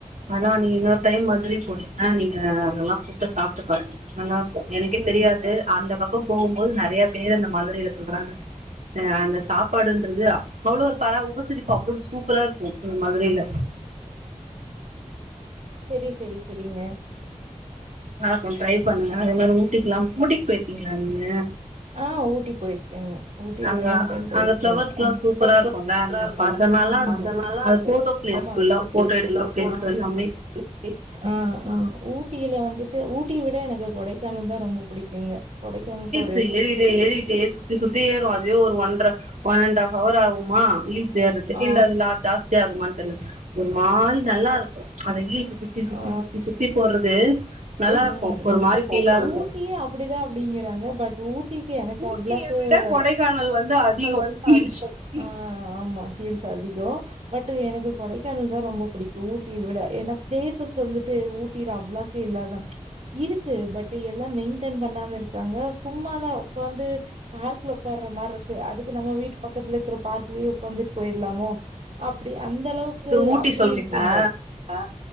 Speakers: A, on the right; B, on the right.
A: அதா நீங்க இன்னொரு டைம் மதுரை போனீங்னா நீங்க அதெல்லா ஃபுட்ட சாப்ட்டு பாருங்க நல்லாருக்கு எனக்கே
B: சேரி
A: தெரியாது அந்த பக்கோ போகும்போது நெறையா பேர் அந்த மதுரைல சொல்றாங்க அ அந்த சா ப்பாடுன்றது அவ்ளோ ஒரு பரா உபசரிப்பு அவ்ளோ சூப்பரா இருக்கு மதுரைல
B: செரி செரி செரிங்க
A: நல்லாருக்கு ட்ரை பண்ணுங்க அதே மாரி ஊட்டிக்கலா ஊட்டிக்கு போயிருக்கீங்ளா நீங்க
B: ஆ ஊட்டி போயிருக்கங்க ஊட்டி
A: அங்க
B: ரெண்டு மூணு டைம் போயிருக்கங்க
A: அந்த ஃப்ளவர்ஸ்லா
B: எங்
A: சூப்பரா
B: <inaudible>
A: இருக்குல்ல அங்க
B: போல
A: பாக்க நல்லா
B: ஆமா
A: இருக்கு
B: அது நல்லா இருக்கு
A: போட்டோ பிளேஸ்
B: ஆமா
A: ஃபுல்லா
B: ரோஸ்தா
A: போட்டோ எடுக்கிற பிளேஸ்
B: ஆமா
A: எல்லாமே
B: ஆ ஆ ஊட்டில வந்துட்டு ஊட்டிய விட எனக்கு கொடைக்கானல்தா ரொம்ப புடிக்குங்க கொடைக்கானல் போ
A: செ ஏறு ஏறிட்டே சுத்தி சுத்தி ஏறு அதுவே ஒரு ஒன்ற ஒன் அண்ட் ஆஃப் ஹவர் ஆகுமா ஹில்ஸ் ஏறதுக்கு
B: ஆ
A: இல்ல அதுல ஜா ஸ்தி ஆகுமான்னு தெர்ல ஒரு மால் நல்லாருக்கு அத ஹுல்ஸ சுத்தி சுத்தி
B: ஆ
A: சுத்தி சு த்தி போறது நல்லாருக்கு
B: ம் ம்
A: ஒரு மாரி ஃபீலா இருக்கு
B: ஊட்டியே அப்டிதா அப்டிங்கிறாங்க பட் ஊ ட்டிக்கு எனக்கு
A: ஊட்டிய
B: அவ்ளக்கு
A: விட
B: <inaudible>
A: கொடைக்கானல் வந்து அதிகோ ஹீல்ஸ்
B: அடிக்கு அ ஆமா ஹீல்ஸ் அதிகோ பட் எனக்கு கொடைக்கானல்தா ரொம்ப புடிக்கு ஊட்டிய விட ஏனா பிளேசஸ் வந்துட்டு ஊட்டில அவ்ளக்கா இல்லா இருக்கு பட் எல்லா மெய்ன்டென் பண்ணாம இருக்காங்க சும்மாதா உக்காந்து பார்க்ல உக்காற மாருக்கு அதுக்கு நம்ம வீட்டு பக்கத்துல இருக்கற பார்க்லயே உக்காந்துட்டு போயிரலாமோ அப்டி அந்த அளவுக்கு
A: இது ஊட்டி
B: அப்டி
A: சொல்றீங்களா
B: இருக்குங்க ஆ